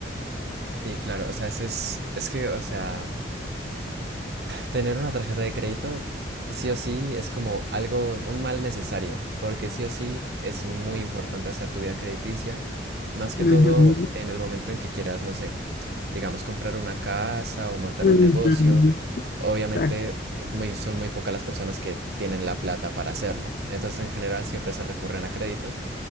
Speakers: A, on the right; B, on the left.
A: Sí, claro, o sea, ese es, es que, o sea, Tener una tarjeta de crédito, sí o sí, es como algo, un mal necesario, porque sí o sí es muy importante hacer tu vida crediticia, más que
B: Ujú,
A: todo en el momento en que quieras, no sé, digamos, comprar una casa o montar
B: ujú,
A: un negocio. Obviamente,
B: Exacto.
A: pues, muy, son muy pocas las personas que tienen la plata para hacerlo. Entonces, en general, siempre se recurren a créditos.